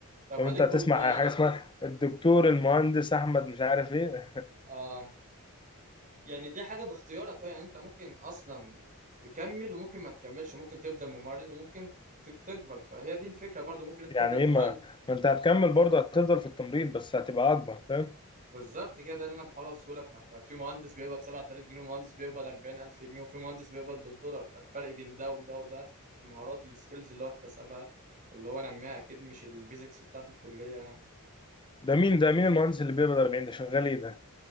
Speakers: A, on the right; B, on the left.
A: طب
B: فانت
A: اديك
B: هتسمع
A: قلت اه يعني
B: حاجة اسمها الدكتور المهندس أحمد مش عارف إيه <laughs>
A: اه يعني دي حاجه باختيارك يعني انت ممكن اصلا يعني تكمل وممكن ما تكملش ممكن تفضل ممرض وممكن تك- تكبر فهي دي الفكره برضو ممكن انت
B: يعني
A: تفضل
B: إيه
A: تتعلم
B: ما ما أنت هتكمل برضه هتفضل في التمريض بس هتبقى أكبر فاهم
A: بالظبط كده ده اللي انا بحاول اوصله لك ما انت في مهندس بيقبض 7000 جنيه ومهندس بيقبض 40000 جنيه وفي مهندس بيقبض بالدولار فالفرق بين ده وده وده المهارات السكيلز اللي هو اكتسبها واللي هو نماها اكيد مش البيزكس بتاعت الكليه يعني
B: ده مين ده مين المهندس اللي بيقبض 40 ده شغال ايه ده